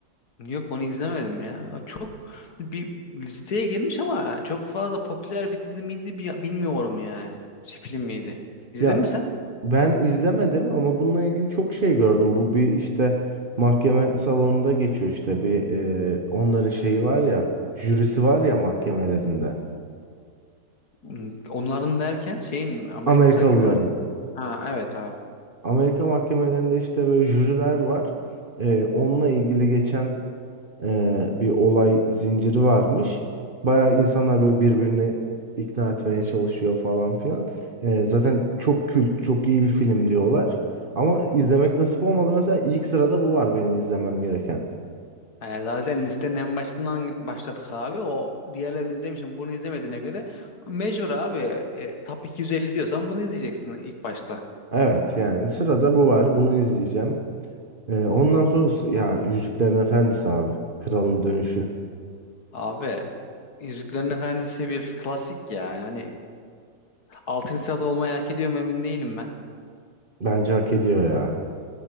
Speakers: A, on the left (about 60°); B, on the right (about 35°).
A: Yok onu izlemedim ya. Çok bir listeye girmiş ama çok fazla popüler bir dizi miydi bi- bilmiyorum yani. Şey, film miydi? İzledin
B: Ya
A: mi sen?
B: ben izlemedim ama bununla ilgili çok şey gördüm. Bu bir işte mahkeme salonunda geçiyor işte bir e, onların şeyi var ya jürisi var ya mahkemelerinde.
A: Hmm, Onların derken şeyin mi? Amerika
B: Amerikalıların.
A: gibi mi? Ha evet abi.
B: Amerika mahkemelerinde işte böyle jüriler var. Ee, onunla ilgili geçen e, bir olay zinciri varmış. Bayağı insanlar böyle birbirini ikna etmeye çalışıyor falan filan. E, zaten çok kült, çok iyi bir film diyorlar. Ama izlemek nasip olmadı. Mesela ilk sırada bu var benim izlemem gereken.
A: Ee, zaten listenin en başından başladık abi. O diğerlerini izlemişim. Bunu izlemediğine göre mecbur abi. E, top 250 diyorsan bunu izleyeceksin ilk başta.
B: Evet yani sırada bu var. Bunu izleyeceğim. E, ondan sonra s- ya Yüzüklerin Efendisi abi. Kralın Dönüşü.
A: Abi Yüzüklerin Efendisi bir klasik ya. Yani altın saat olmayı hak ediyor mu emin değilim ben.
B: Bence hak ediyor ya.